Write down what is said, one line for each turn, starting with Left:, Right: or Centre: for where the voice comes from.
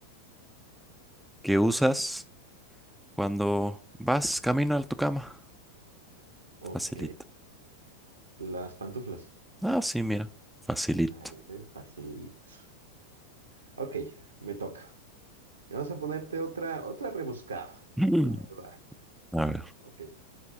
Centre: que usas cuando vas camino a tu cama.
Right: <laughs>
Centre: Facilita.
Right: Ok. Las pantuflas.
Centre: Ah, sí, mira, facilito.
Right: Vale, facilito. Ok, me toca. Vamos a ponerte otra, otra rebuscada,
Centre: Mm.
Right: la verdad.
Centre: A ver.
Right: Ok.